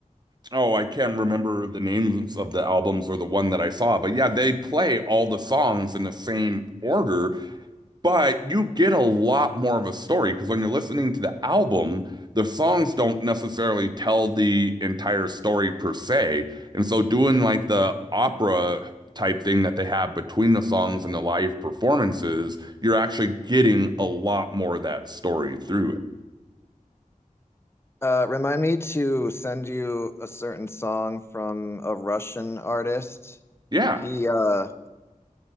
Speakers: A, on the right (about 30°); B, on the left (about 20°).
A: oh i can't remember the names of the albums or the one that i saw but yeah they play all the songs in the same order But you get a lot more of a story because when you're listening to the album, the songs don't necessarily tell the entire story per se. And so doing like the opera type thing that they have between the songs and the live performances, you're actually getting a lot more of that story through it.
B: Uh, remind me to send you a certain song from a Russian artist.
A: Yeah.
B: He uh